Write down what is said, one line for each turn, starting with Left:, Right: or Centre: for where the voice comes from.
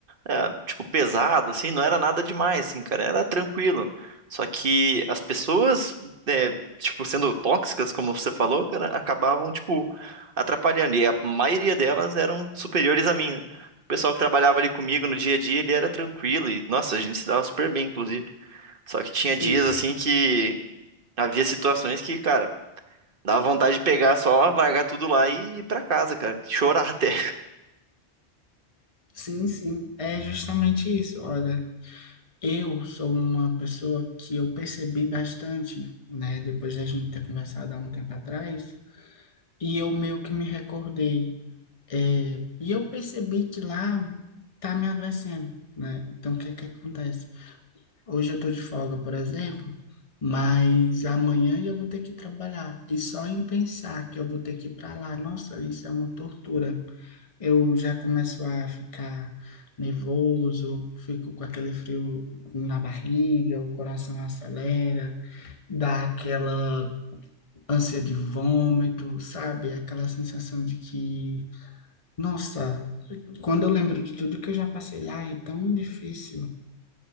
Right: é, tipo, pesado, assim, não era nada demais, assim, cara, era tranquilo. Só que as pessoas, é, tipo, sendo tóxicas, como você falou, cara, acabavam, tipo, atrapalhando. E a maioria delas eram superiores a mim, né? O pessoal que trabalhava ali comigo no dia a dia, ele era tranquilo e, nossa, a gente se dava super bem, inclusive. Só que tinha
Left: Sim,
Right: dias, assim, que havia situações que, cara, dava vontade de pegar só, largar tudo lá e ir pra casa, cara, chorar <laughs> até.
Left: sim, sim. É justamente isso. Olha, eu sou uma pessoa que eu percebi bastante, né, depois da gente ter conversado há um tempo atrás, e eu meio que me recordei. É, e eu percebi que lá tá me adoecendo, né? Então, o que é que acontece? Hoje eu estou de folga, por exemplo, mas amanhã eu vou ter que trabalhar. E só em pensar que eu vou ter que ir para lá, nossa, isso é uma tortura. Eu já começo a ficar nervoso, fico com aquele frio na barriga, o coração acelera, dá aquela ânsia de vômito, sabe? Aquela sensação de que, nossa, quando eu lembro de tudo que eu já passei lá, é tão difícil.